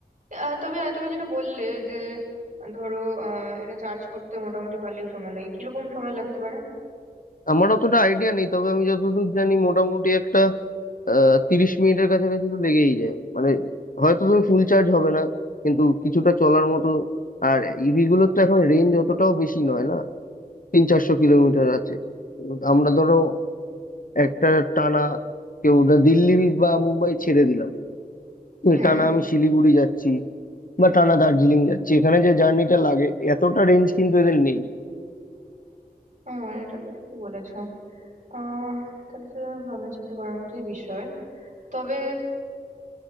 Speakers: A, on the right; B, on the left.
A: আহ, তবে তুমি যেটা বললে যে ধরো আহ, এটা চার্জ করতে মোটামুটি ভালোই সময় লাগে কিরকম সময় লাগতে পারে
B: আমার অতটা আইডিয়া নেই তবে আমি যতদূর জানি মোটামুটি একটা আহ তিরিশ মিনিটের কাছাকাছি তো লেগেই যায় মানে হয়তো তুমি ফুল চার্জ হবে না কিন্তু কিছুটা চলার মতো আর ইভি গুলোর তো এখন রেঞ্জ অতটাও বেশি নয় না তিন চারশো কিলোমিটার আছে আমরা ধরো একটা টানা কেউ না দিল্লি বা মুম্বাই ছেড়ে দিলাম
A: হুম
B: টানা আমি শিলিগুড়ি যাচ্ছি বা টানা দার্জিলিং যাচ্ছি এখানে যে জার্নিটা লাগে এতটা রেঞ্জ কিন্তু এদের নেই
A: আহ, এটা তো ঠিকই বলেছো আহ তাহলে তো ভাবনা চিন্তা করার মতোই বিষয় তবে